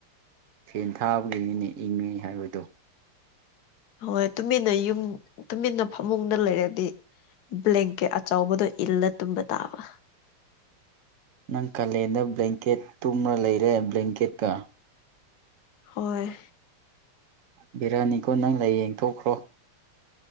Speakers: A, on the right; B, on the left.
A: ꯐꯦꯟ ꯊꯥꯕꯒꯤꯅꯤꯅ ꯏꯪꯉꯤ ꯍꯥꯏꯕꯗꯣ꯫
B: ꯍꯣꯏ ꯇꯨꯃꯤꯟꯅ ꯌꯨꯝ ꯇꯨꯃꯤꯟꯅ ꯐꯃꯨꯡꯗ ꯂꯩꯔꯗꯤ꯫ ꯕ꯭ꯂꯦꯛꯒꯤ ꯑꯆꯧꯕꯗꯣ ꯏꯜꯂ ꯇꯨꯝꯕ ꯇꯥꯕ꯫
A: ꯅꯪ ꯀ ꯂꯦ ꯕ꯭ꯂꯦꯡꯀꯦꯠ ꯇꯨꯝꯅ ꯂꯩꯔꯦ ꯕ꯭ꯂꯦꯡꯀꯦꯠꯀ꯫
B: ꯍꯣꯏ꯫
A: ꯕꯤꯔꯌꯥꯅꯤꯒꯣ ꯅꯪ ꯂꯥꯏ ꯌꯦꯡꯊꯣꯛꯈ꯭ꯔꯣ꯫